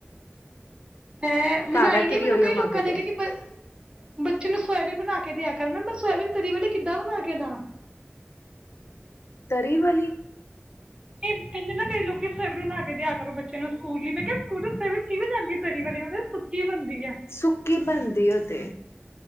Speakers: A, on the right; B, on the left.
A: ਅ ਮਨਾਈ
B: ਘਰ ਆ
A: ਨੀ
B: ਕੇ ਵੀ
A: ਮੈਨੂੰ
B: ਉਹੀਓ
A: ਕਈ
B: ਮੰਗਦੇ
A: ਲੋਕਾਂ ਨੇ ਕਿਉਂਕ ਬੱਚੇ ਨੂੰ ਸੋਇਬੀਨ ਬਣਾ ਕੇ ਦਿਆ ਕਰ ਮੈਂ ਮੈਂ ਸੋਇਬੀਨ ਤਰੀ ਵਾਲੀ ਕਿੱਦਾਂ ਬਣਾ ਕੇ ਦਾ
B: ਤਰੀ ਵਾਲਲੀ
A: ਇੰਨੇ ਨਾ ਕਈ ਲੋਕੀ ਸੈਵਨ ਲ ਕੇ ਦਿਆ ਕਰੋ ਬੱਚਿਆਂ ਨੂੰ ਸਕੂਲ ਹੀ ਮੈਂ ਕਿਹਾ ਸਕੂਲ ਸੈਵਨ ਕਿ ਵੀ ਜਾਂਦੀ ਤੇਰੀ ਵਾਲੀ ਉਹ ਸੁਤੀ ਬਣਦੀ ਹੈ
B: ਸੁੱਕੀ ਬਣਦੀ ਉਹ ਤੇ